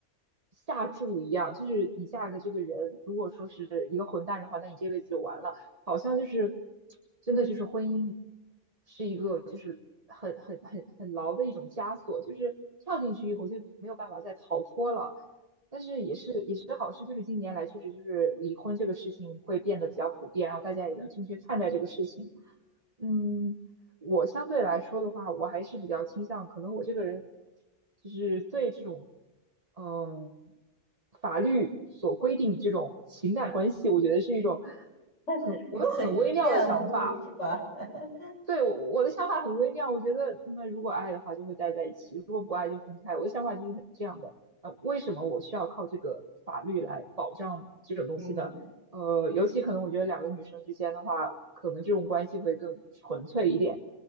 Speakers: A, on the right; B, on the left.
A: 下注一样，就是你嫁的这个人，如果说是一个混蛋的话，那你这辈子就完了。好像就是真的就是婚姻是一个就是很很很很牢的一种枷锁，就是跳进去以后就没有办法再逃脱了。但是也是也是好事，就是近年来确实就是离婚这个事情会变得比较普遍，然后大家也能正确看待这个事情。嗯，我相对来说的话，我还是比较倾向，可能我这个人就是对这种，嗯，法律所规定这种情感关系，我觉得是一种
B: <laughs>
A: 很，
B: 你很厌恶是吧？
A: 我有很微妙的想法。
B: <laughs>
A: 对，我我的想法很微妙，我觉得那如果爱的话就会待在一起，如果不爱就分开。我的想法就是这样的，呃，为什么我需要靠这个法律来保障这种东西呢？
B: 嗯。
A: 呃，尤其可能我觉得两个女生之间的话，可能这种关系会更纯粹一点。